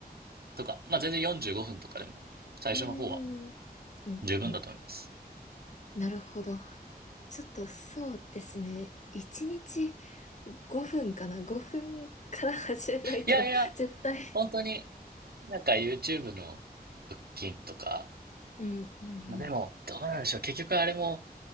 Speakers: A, on the right; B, on the left.
A: とか、まあ全然45分とかでも、最初の方は
B: ーん。うんうん
A: 十分だと思います。
B: なるほど。ちょっとそうですね。1日5分かな。5分から始めないと
A: いやいや、
B: <laughs> 絶対。
A: 本当になんか YouTube の腹筋とか、
B: うん、うん、うん。
A: まあでも、どうなんでしょう。結局あれも、